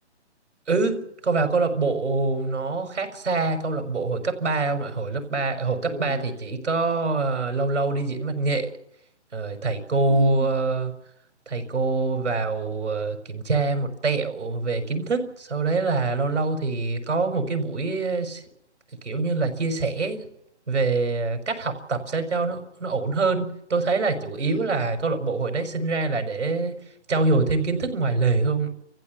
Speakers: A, on the right (about 85°); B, in the centre.
A: Ừ, cô vào câu lạc bộ nó khác xa câu lạc bộ hồi cấp 3 không ạ? Hồi lớp ba hồi cấp
B: ừ
A: 3 thì chỉ có ờ, lâu lâu đi diễn văn nghệ. Rồi thầy cô
B: ừ
A: ờ, thầy cô vào ờ, kiểm tra một tẹo về kiến thức, sau đấy là lâu lâu thì có một cái buổi ờ, s- kiểu như là chia sẻ về cách học tập sao cho nó nó ổn hơn. Tôi thấy là chủ yếu
B: ừ
A: là câu lạc bộ hồi đấy sinh ra là để trau dồi thêm kiến thức ngoài lề thôi